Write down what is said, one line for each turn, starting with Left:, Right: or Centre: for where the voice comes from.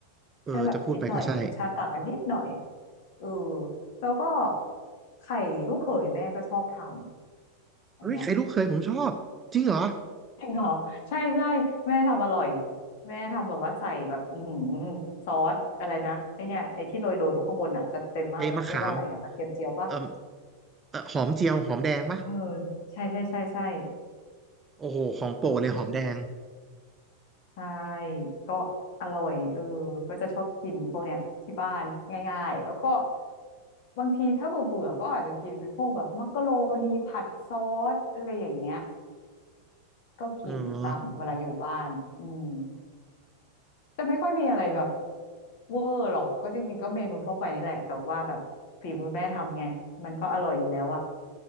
Left: แค่แบบนิดหน่อยรสชาติต่างกันนิดหน่อย
Right: เออจะพูดไปก็ใช่
Left: เออแล้วก็ไข่ลูกเขยแม่ก็ชอบทำอันเนี้ย
Right: เฮ้ยไข่ลูกเคยผมชอบจริงเหรอ
Left: จริงเหรอใช่ใช่แม่ทำอร่อยแม่ทำแบบว่าใส่แบบอือหือซอสอะไรนะไอเนี่ยไอที่โรยโรยบนข้างบนอ่ะจะเต็มมากเลยเรียกว่าอะไรอะกระเทียมเจียวปะ
Right: ไอ้มะขามเออเออหอมเจียวหอมแดงปะ
Left: เออใช่ใช่ใช่ใช่
Right: โอ้โหของโปรดเลยหอมแดง
Left: เออ ใช่ก็อร่อยเออก็จะชอบกินพวกเนี้ยที่บ้านง่ายๆแล้วก็บางทีถ้าเบื่อเบื่อก็อาจจะกินเป็นพวกแบบมักกะโรนีผัดซอสอะไรอย่างเงี้ยก็กินตามเวลาอยู่บ้านอืม
Right: เออ
Left: จะไม่ค่อยมีอะไรแบบเวอร์หรอกก็จริงๆก็เมนูทั่วไปนี่แหละแต่ว่าแบบฝีมือแม่ทำไงมันก็อร่อยอยู่แล้วอะ